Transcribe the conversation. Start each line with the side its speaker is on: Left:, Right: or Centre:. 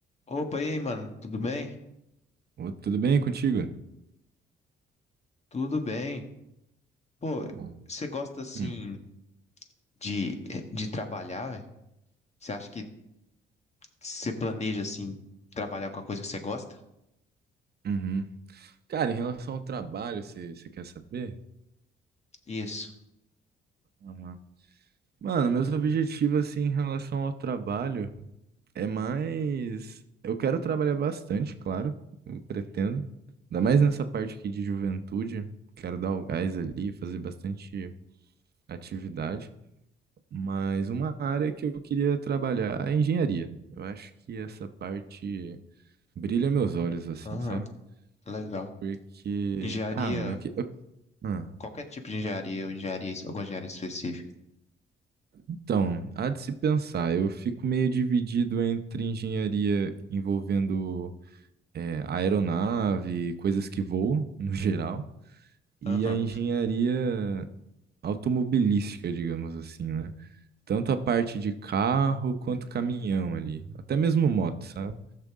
Left: Opa, e aí, mano, tudo bem?
Right: Ô, Tudo bem contigo?
Left: Tudo bem. Pô,
Right: Bom.
Left: você gosta assim
Right: Hum,
Left: de, de trabalhar, velho? Você acha que você planeja assim trabalhar com a coisa que você gosta?
Right: uhum. Cara, em relação ao trabalho, você quer saber?
Left: Isso.
Right: Aham. Mano, meus objetivos assim, em relação ao trabalho é mais. Eu quero trabalhar bastante, claro, eu pretendo. Ainda mais nessa parte aqui de juventude. Quero dar o gás ali, fazer bastante atividade. Mas uma área que eu queria trabalhar é engenharia. Eu acho que essa parte brilha meus olhos, assim,
Left: Aham,
Right: sabe?
Left: legal.
Right: Porque.
Left: Engenharia,
Right: Ah, mano, eu, que- eu- ah.
Left: qualquer tipo de engenharia, ou engenharia, alguma engenharia específica.
Right: Então, há de se pensar, eu fico meio dividido entre engenharia envolvendo é, aeronave, coisas que voam, <laughs> no geral, e
Left: Aham,
Right: a engenharia automobilística, digamos assim, né? Tanto a parte de carro quanto caminhão ali, até mesmo moto, sabe?